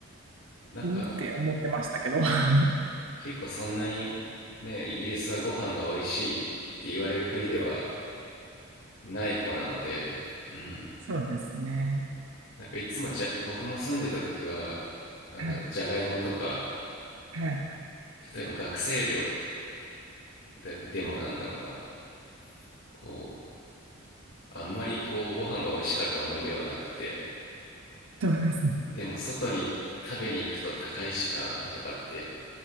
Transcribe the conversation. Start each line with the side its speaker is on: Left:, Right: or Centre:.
Left: なんか
Right: うんって思ってましたけど。<laughs>
Left: 結構そんなにねイギリスはご飯が美味しいって言われる国ではない方なのでうん
Right: そうですね。
Left: なんかいつもじゃ僕も住んでた時はなんだろうじゃがいもとか
Right: はい。はい。
Left: 例えば学生寮ででもなんだろうなこうあんまりこうご飯が美味しかった思い出はなくて
Right: そうですね。
Left: でも外に食べに行くと高いしなとかって